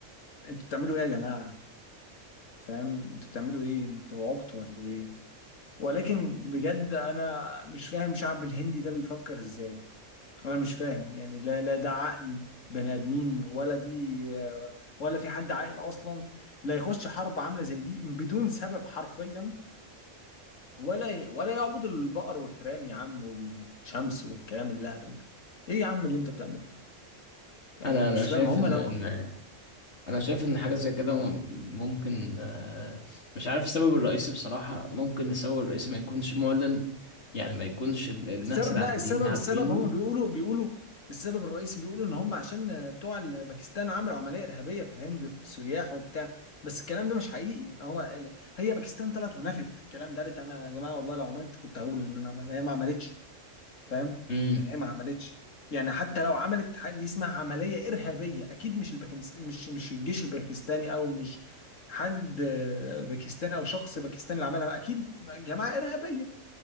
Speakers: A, on the left (about 80°); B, on the left (about 60°).
A: انتوا بتعملوا ايه يا جماعه فاهم انتوا بتعملوا ايه انتوا عبط ولا ايه ولكن بجد انا مش فاهم شعب الهندي ده بيفكر ازاي انا مش فاهم يعني لا لا ده عقل بني ادمين ولا دي ولا في حد عاقل اصلا لا يخش حرب عامله زي دي بدون سبب حرفيا ولا ولا يعبد البقر والفئران يا عم والشمس والكلام اللهبل ده ايه يا عم اللي انت بتعمله انا
B: انا
A: مش
B: انا
A: فاهم
B: شايف
A: هم
B: ان
A: لو
B: ان انا شايف ان حاجه زي كده مم- ممكن آه، مش عارف السبب الرئيسي بصراحه ممكن السبب الرئيسي ما يكونش معلن يعني ما يكونش ال- الناس
A: السبب
B: العاديين
A: لا السبب
B: عارفينه
A: السبب هم بيقولوا بيقولوا السبب الرئيسي بيقولوا ان هم عشان بتوع ال- باكستان عملوا عمليه ارهابيه في الهند في السياح وبتاع بس الكلام ده مش حقيقي يعني هو ال- هي باكستان طلعت ونفت الكلام ده قالت انا يا جماعه والله لو عملت كنت هقول ان انا عملت هي ما عملتش فاهم
B: امم
A: يعني هي ما عملتش يعني حتى لو عملت حاجة دي اسمها عمليه ارهابيه اكيد مش الباكستاني مش مش الجيش الباكستاني او مش حد آه، باكستاني او شخص باكستاني اللي عملها اكيد جماعه ارهابيه